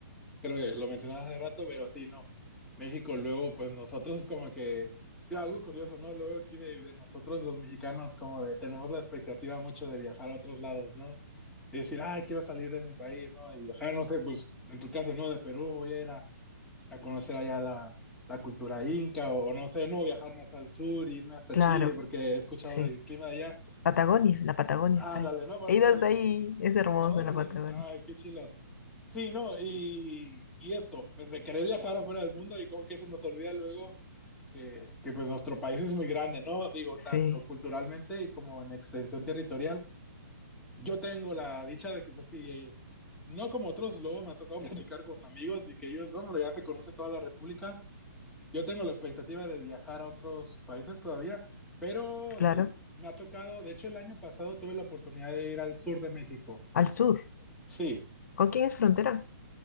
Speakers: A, in the centre; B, on the left.
A: creo que lo mencionaba hace rato, pero sí, no. México, luego, pues nosotros como que, yo, algo curioso, ¿no? Luego aquí de, de nosotros los mexicanos como de, tenemos la expectativa mucho de viajar a otros lados, ¿no? Y decir, ay, quiero salir de mi país, ¿no? Y viajar, no sé, pues en tu caso, ¿no? De Perú voy a ir a a conocer allá la, la cultura inca o, o, no sé, no, viajar más al sur, irme hasta
B: Claro,
A: Chile porque he escuchado
B: sí.
A: del clima de allá.
B: Patagonia, la Patagonia
A: Ándale,
B: está ahí.
A: no, por
B: He
A: decir
B: ido hasta
A: algo.
B: ahí, es hermosa
A: Órale,
B: la Patagonia.
A: ay, qué chilo. Sí, no, y, y esto, pues de querer viajar afuera del mundo y como que se nos olvida luego que, que pues nuestro país es muy grande, ¿no? Digo,
B: Sí,
A: tanto culturalmente y como en extensión territorial. Yo tengo la dicha de que pues sí, eh, no como otros, luego me ha tocado <laughs> platicar con amigos y que ellos, hombre, ya se conocen toda la República Yo tengo la expectativa de viajar a otros países todavía, pero
B: claro.
A: sí, me ha tocado, de hecho el año pasado tuve la oportunidad de ir al sur de México.
B: Al sur.
A: Sí,
B: ¿Con quién es frontera?